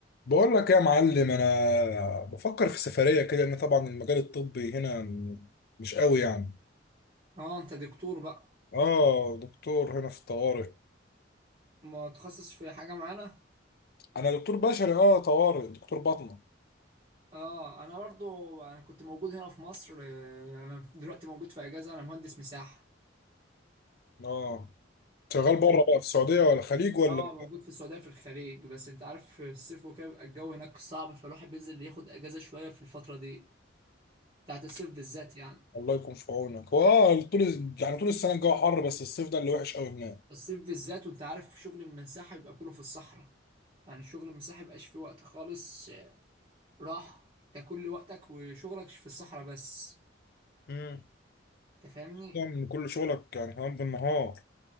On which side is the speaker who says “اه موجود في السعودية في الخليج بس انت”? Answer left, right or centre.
Right